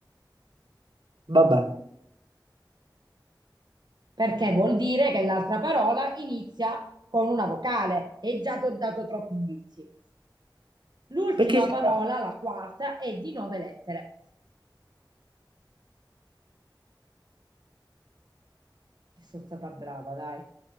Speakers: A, on the right; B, on the right.
A: Vabbè.
B: Perché vuol dire che l'altra parola inizia con una vocale e già ti ho dato troppi indizi. L'ultima
A: Perché c'è
B: parola,
A: una-
B: la quarta, è di nove lettere. Sono stata brava, dai.